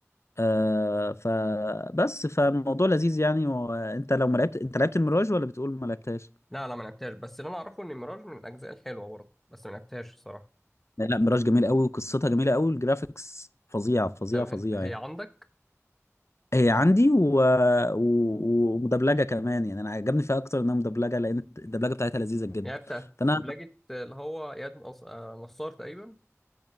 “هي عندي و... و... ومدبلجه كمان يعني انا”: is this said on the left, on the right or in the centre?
Left